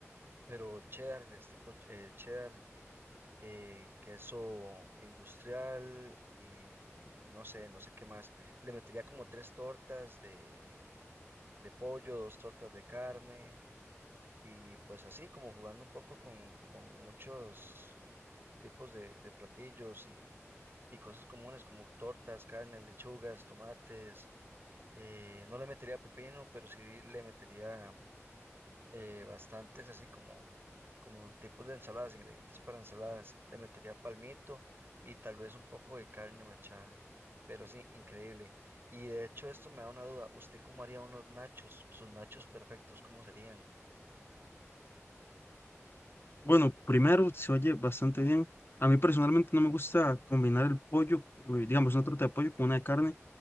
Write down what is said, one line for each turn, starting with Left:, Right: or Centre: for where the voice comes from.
Right: pero cheddar, es tipo eh, cheddar. eh, queso industrial y no sé, no sé qué más. Le metería como tres tortas de, de pollo, dos tortas de carne y pues así como jugando un poco con, con muchos tipos de, de platillos y, y cosas comunes como tortas, carne, lechugas, tomates. eh, no le metería pepino, pero sí le metería eh, bastantes así como, como tipos de ensaladas, ingredientes para ensaladas. Le metería palmito y tal vez un poco de carne mechada, pero sí, increíble. Y de hecho esto me da una duda, ¿usted cómo haría unos nachos? ¿Sus nachos perfectos cómo serían?
Left: Bueno, primero se oye bastante bien. A mí personalmente no me gusta combinar el pollo, eh, digamos, una torta de pollo con una de carne